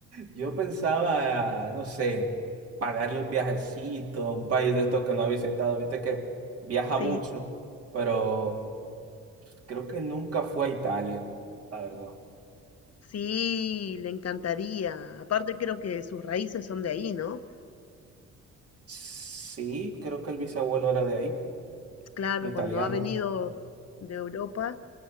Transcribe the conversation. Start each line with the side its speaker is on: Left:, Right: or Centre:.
Right: Yo pensaba, no sé, pagarle un viajecito a un país de estos que no ha visitado. Viste que viaja
Left: Sí,
Right: mucho, pero creo que nunca fue a Italia, la verdad.
Left: sí, le encantaría. Aparte creo que sus raíces son de ahí, ¿no?
Right: Sí, creo que el bisabuelo era de ahí,
Left: Claro,
Right: un italiano.
Left: cuando ha venido de Europa,